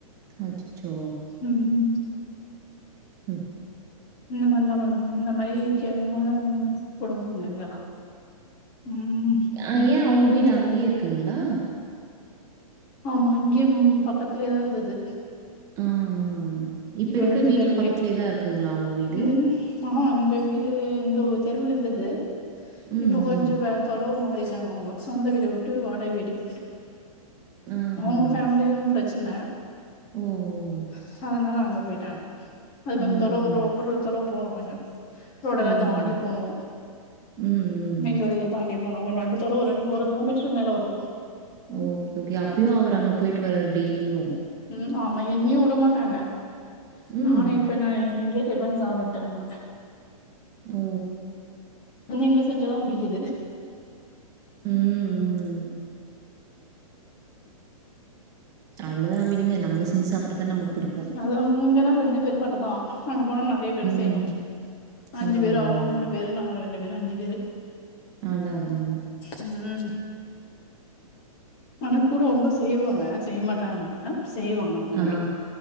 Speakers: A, on the right; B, on the left.
A: அச்சச்சோ
B: ம்
A: ம்
B: இந்த மாரிலா பண்ணுவாங்க இந்த மாரி கேவலமான வுமன் குடும்மங்கள் கெலா ம்
A: ஆ ஏ அவுங்க வீடு அங்கயே இருக்குங்ளா
B: ஆமா இங்கயே பக்கத்துலயேதா இந்தது
A: ம் ம் ம் இப்ப இருக்க
B: இந்த
A: வீட்டுக்கு
B: தெருவுலே
A: பக்கத்துலயே தா இருக்குங்களா அவுங்க வீடு
B: இந்த ம் ஆஹ இந்த வீடு இந்த உ தெருவுல இந்தது
A: ம்,
B: இப்ப கொஞ்ச
A: ம்.
B: வே தொலவு மாறிட்டாங்க அவுங்க சொந்த வீட வுட்டு வாடக வீட்டுக்கு போயிட்டு
A: ஆஹா!
B: அவுங்க ஃபேமிலிலு பிரச்சன
A: ஓ! ஓ!
B: அ அதுனால அங்க போய்ட்டாங்க அது கொஞ்ச
A: ம்ஹ்ம்.
B: தொலவு ரொம்ப ஒரு தொலவு போணு கொஞ்சோ ரோடலா
A: ஓஹோ!
B: தாண்டி போனு
A: ம், ம்.
B: மெயின் ரோடுல தாண்டி போனு ஒரு ரெண்டு தொலவு ரெண் ஒரு கிலோமீட்டருக்கு மேல வரு
A: ஓகே ஓகே அப்பியு அவர் அங்க போயிட்டு வராரு டெய்லியு
B: ம் ஆமா என்னியு வுடமாட்டாங்க
A: ம்.
B: நானு இப்ப நா இங்கயே இப்பதா சாப்புட்டே நா
A: ஓ
B: நீங்க செஞ்சாதா புடிக்கிது
A: ம் ம் ம் அவ்வளதா விடுங்க நம்ம செஞ்சு சாப்புற்றதா நமக்கு புடிக்கு
B: அது இங்கனா ரெண்டு பேர் மட்டுந்தா அங்க போனா நெறைய பேருக்
A: ம்.
B: செய்யனு அஞ்சு
A: ஆ, ஆ.
B: பேரு அவுங்க மூணு பேரு நாங்க ரெண்டு பேரு அஞ்சு பேரு
A: அதா அதா
B: ம் ஆனா கூட அவுங்களு செய்வாங்க செய்ய மாட்டாங்கக்க செய்வாங்க அவுங்களு
A: ஆ, ஆ.